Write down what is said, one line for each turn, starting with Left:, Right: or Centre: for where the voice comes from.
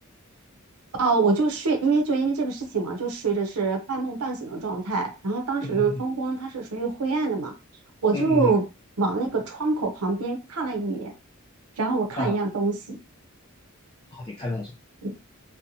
Right: 哦，我就睡，因为就因为这个事情嘛，就睡的是半梦半醒的状态。然后当时呢，
Left: 嗯嗯
Right: 灯光它是属于灰暗的嘛，我就往那个窗口旁边看了一眼，
Left: 嗯嗯
Right: 然后我看了一样东西。
Left: 啊啊，你看到什么？
Right: 你